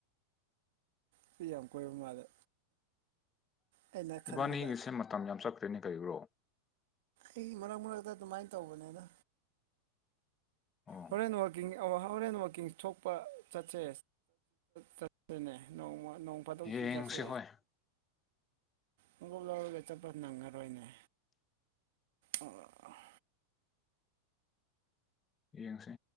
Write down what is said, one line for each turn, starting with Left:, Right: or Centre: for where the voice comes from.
Right: ꯁꯤ ꯌꯥꯝ ꯀꯣꯏꯕ ꯃꯥꯜꯂꯦ ꯑꯩꯅ ꯈꯟꯕꯗ
Left: ꯏꯕꯥꯅꯤꯒꯤꯁꯦ ꯃꯇꯝ ꯌꯥꯝ ꯆꯠꯈ꯭ꯔꯦꯅꯦ ꯀꯔꯤꯕ꯭ꯔꯣ
Right: ꯑꯩ ꯃꯔꯛ ꯃꯔꯛꯇ ꯑꯗꯨꯃꯥꯏꯅ ꯇꯧꯕꯅꯦꯅ
Left: ꯑꯣ
Right: ꯍꯣꯔꯦꯟ ꯋꯥꯛꯀꯤꯡ ꯍꯣꯔꯦꯟ ꯋꯥꯛꯀꯤꯡ ꯊꯣꯛꯄ ꯆꯠꯁꯦ ꯆꯠꯁꯅꯦ ꯅꯣꯡꯃ ꯅꯣꯡ ꯐꯥꯗꯣꯛ
Left: ꯌꯦꯡꯁꯤ
Right: ꯆꯤ ꯆꯠꯁꯦ
Left: ꯍꯣꯏ
Right: ꯃꯨꯒꯜ ꯋꯥꯔꯣꯏ ꯦ ꯆꯄꯠꯅ ꯉꯔ ꯑꯣꯏꯣꯏꯅꯦ ꯑꯣ <unintelligible> <inaudible>
Left: ꯌꯦꯡꯁꯦ